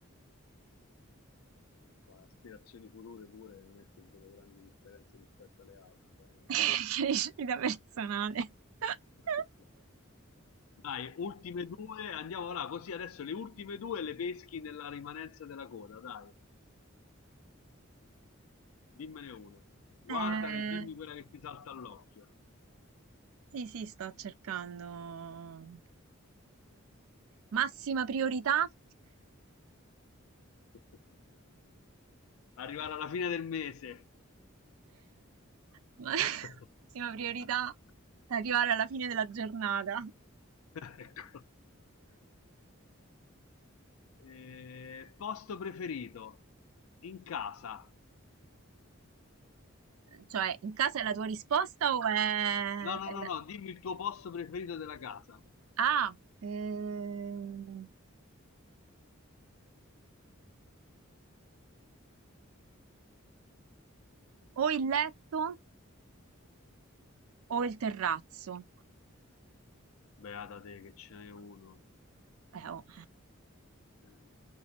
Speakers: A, on the left; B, on the right.
A: Eh, qua, aspirazioni future pure non è che vedo grandi differenze rispetto alle altre.
B: <laughs> Crescita personale. <laughs>
A: eh. <laughs> Dai, ultime due, andiamo là, così adesso le ultime due le peschi nella rimanenza della coda, dai, dimmene una. Guardala
B: Eh,
A: e dimmi quella che ti salta all'occhio.
B: sì, sì, sto cercando. Massima priorità. <laughs>
A: <laughs> Arrivare alla fine del mese.
B: Ma-
A: <laughs>
B: Massima priorità, arrivare alla fine della giornata.
A: <laughs> Ecco. Eh, posto preferito in casa.
B: Cioè, in casa è la tua risposta o è...
A: No,
B: è
A: no,
B: la-
A: no, no, dimmi il tuo posto preferito della casa.
B: Ah, ehm, o il letto o il terrazzo.
A: Beata te che ce n'è uno.
B: Eh, oh.
A: Eh,